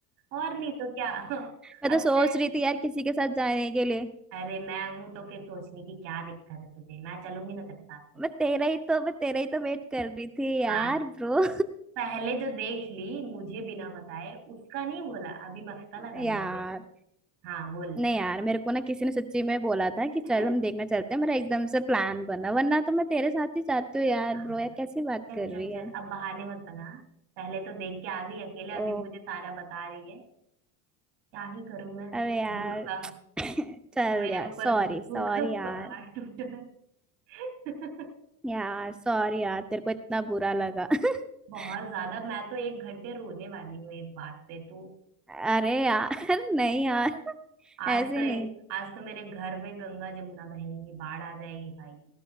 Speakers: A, on the right; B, in the centre.
A: और नहीं तो क्या
B: मैं तो
A: अच्छा
B: सोच
A: है
B: रही थी यार किसी के साथ जाने के लिए
A: अरे मैं हूं तो फिर सोचने की क्या दिक्कत है तुझे मैं चलूंगी ना तेरे साथ में
B: मैं तेरा ही तो मैं तेरा ही तो वेट कर रही थी यार
A: हाँ
B: ब्रो
A: पहले जो देख ली मुझे बिना बताए उसका नहीं बोला अभी मस्का लगा
B: <laughs>
A: रही
B: यार
A: हूँ मुझे हाँ बोल ले
B: नहीं यार मेरे को ना किसी ने सच्ची में बोला था कि
A: <laughs>
B: चल हम देखने चलते हैं मेरा एकदम से प्लान बना वरना तो मैं तेरे साथ ही जाती हूँ यार
A: हाँ
B: ब्रो यार कैसी बात
A: चल
B: कर रही
A: चल चल
B: है
A: अब बहाने मत बना पहले तो देख के आ गई अकेले अभी
B: ओ
A: मुझे सारा बता रही है क्या ही करूं मैं
B: अरे
A: इस
B: यार
A: दुख का
B: <clears throat> <coughs> चल
A: जो मेरे
B: यार
A: ऊपर
B: सॉरी
A: दुखों
B: सॉरी
A: का
B: यार
A: पहाड़ टूटा है। <laughs>
B: यार सॉरी यार तेरे को इतना बुरा लगा <laughs>
A: बहुत ज्यादा मैं तो एक घंटे रोने वाली हूँ इस बात पे तू
B: अरे यार नहीं यार <laughs>
A: आज
B: ऐसे
A: तो
B: नहीं
A: आज तो मेरे घर पे गंगा जमुना बहेंगी बाढ़ आ जाएगी भाई